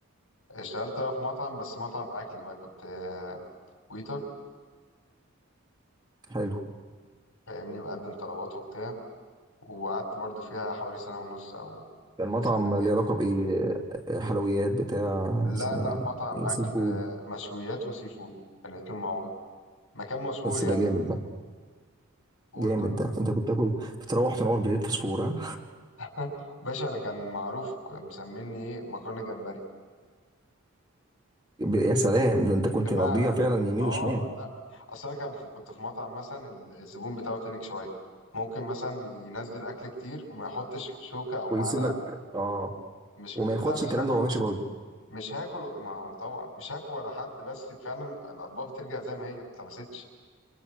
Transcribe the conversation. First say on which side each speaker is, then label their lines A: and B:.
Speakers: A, on the left; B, on the right.
A: اشتغلت بقى في مطعم بس مطعم اكل بقى كنت آه، ويتر
B: حلو
A: فاهمني بقدم طلبات وبتاع وقعدت برضه فيها حوالي سنه ونص او
B: المطعم
A: سنتين
B: ليه علاقه بايه آه، حلويات بتاع
A: لا
B: يعني
A: لا مطعم
B: ايه
A: أكل
B: سي فود
A: آه، مشويات وسي فود الاتنين مع بعض مكان مشهور
B: بس
A: يعني
B: ده جامد ده
A: قول
B: جامد
A: طيب
B: ده انت كنت تاكل بتروح تنور بليت فوسفور ها
A: <laughs> باشا أنا كان معروف ك- مسميني إيه مكرونة جمبري
B: ب- يا سلام ده انت كنت
A: بمعنى
B: مقضيها فعلا يمين
A: آه
B: وشمال
A: لا أصل أنا كان في كنت في مطعم مثلا ال- الزبون بتاعه تنك شوية ممكن مثلا ينزل أكل كتير وما يحطش شوكة أو معلقة
B: ويسيب لك اه
A: مش
B: وما
A: لا
B: ياخدش
A: مش
B: الكلام
A: هاكله
B: ده وهو ماشي برضه
A: مش هاكله ما هو طبعا مش هاكل ورا حد بس فعلا الأطباق بترجع زي ما هي ما اتلمستش